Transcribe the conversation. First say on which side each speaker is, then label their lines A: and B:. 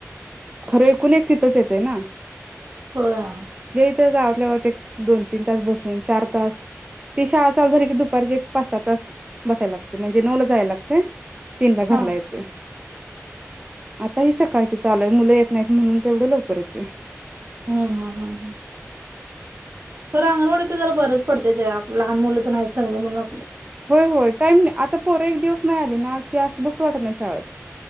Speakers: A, on the right; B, on the right.
A: खरं एकूण एक तिथंच येतेय ना.
B: होय आ
A: ते गावातल्या गावात एक दोन-तीन तास बसून चार तास. ती शाळा चालू झाली की, दुपारची एक पाच-सहा तास बसायला लागते म्हणजे नऊ ला जायाला लागतंय. तीन ला घरला
B: हा
A: येते. आता ही सकाळची चालूय, मुलं येत नाईत म्हणून तेवढं लवकर येते.
B: हम्म हम्म हम्म हम्म. खरं अंगणवाडीच जरा बरंच पडतय. ते आप लहान मुलं तर नाईच संग म्हणून आपलं.
A: होय होय टाईम ना आता पोर एक दिवस नाही आले ना की, असं बसू वाटतं नाही शाळेंत.